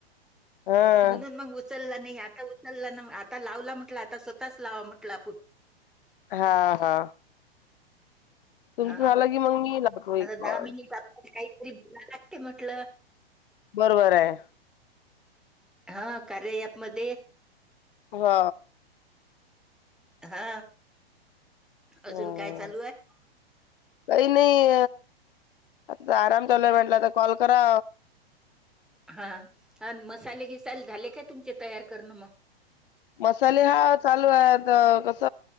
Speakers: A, on the left; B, in the centre.
A: हा.
B: म्हणून मग उचलला नाही आता उचलला ना आता लावला म्हटलं आता स्वतच लावा म्हटलं आपण
A: हा हा तुमचं
B: हा ह
A: झालं की मग मी लावतो एक
B: आता
A: कॉल
B: दामनी काहीतरी बला लागते म्हटलं
A: बरोबर आहे
B: हा कार्य अँप मध्ये
A: हा
B: हा अजून
A: हा
B: काय चालू आहे
A: काही नाही आता आराम चालय म्हेटला तर कॉल करा
B: हा आणि मसाले घिसाले झाले काय तुमचे तयार करणं मग
A: मसाले हा चालू आहेत क अस